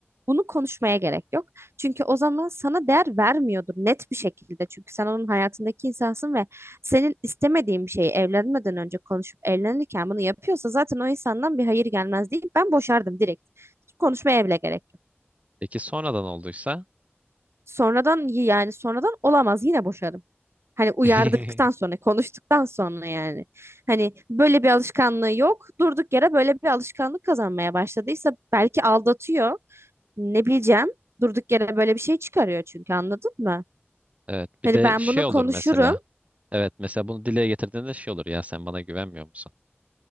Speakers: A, on the right (about 75°); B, on the right (about 35°).
A: bunu konuşmaya gerek yok. Çünkü o zaman sana değer vermiyordur net bir şekilde. Çünkü sen onun hayatındaki insansın ve senin istemediğin bir şeyi evlenmeden önce konuşup evlenirken bunu yapıyorsa zaten o insandan bir hayır gelmez değil. Ben boşardım direkt. Hiç Konuşmaya bile gerek yok.
B: Peki sonradan olduysa?
A: Sonradan yani sonradan olamaz yine boşarım. Hani uyardıktan
B: <laughs>
A: sonra, konuştuktan sonra yani. Hani böyle bir alışkanlığı yok. Durduk yere böyle bir alışkanlık kazanmaya başladıysa belki aldatıyor. Ne bileceğim. Durduk yere böyle bir şey çıkarıyor çünkü anladın mı?
B: Evet bir
A: Hani
B: de
A: ben
B: şey
A: bunu
B: olur
A: konuşurum.
B: mesela. Evet mesela bunu dile getirdiğinde şey olur. Ya sen bana güvenmiyor musun?